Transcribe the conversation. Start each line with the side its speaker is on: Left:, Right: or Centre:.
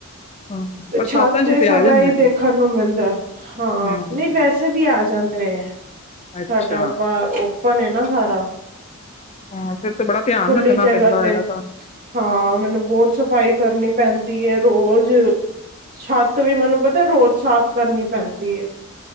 Left: ਅੱਛਾ
Right: ਤੇ
Left: ਬਰਸਾਤਾਂ
Right: ਛੱਤ ਤੇ
Left: ਚ
Right: ਸਭ
Left: ਆ ਜਾਂਦੇ
Right: ਐਹੀ ਦੇਖਣ
Left: ਨੇ।
Right: ਨੂੰ ਮਿਲਦਾ, ਹਾਂ
Left: ਹੂੰ
Right: ਨਹੀਂ ਵੈਸੇ। ਉੱਥੇ ਵੀ ਆ ਜਾਂਦੇ ਨੇ,
Left: ਅੱਛਾ
Right: ਸਾਡਾ ਬਾਰ ਉਪਨ ਹੈ ਨਾ ਸਾਰਾ।
Left: ਹਾਂ, ਫੇਰ ਤੇ ਬੜਾ ਧਿਆਨ
Right: ਖੁੱਲੀ
Left: ਰੱਖਣਾ
Right: ਜਗ੍ਹਾ
Left: ਪੈਂਦਾ
Right: ਤੇ
Left: ਹੋਏਗਾ ਤੁਹਾਨੂੰ।
Right: ਹਾਂ, ਮੈਨੂੰ ਬਹੁਤ ਸਫਾਈ ਕਰਨੀ ਪੈਂਦੀ ਏ ਰੋਜ਼। ਛੱਤ ਵੀ, ਮੈਨੂੰ ਪਤਾ, ਰੋਜ਼ ਸਾਫ਼ ਕਰਨੀ ਪੈਂਦੀ ਏ।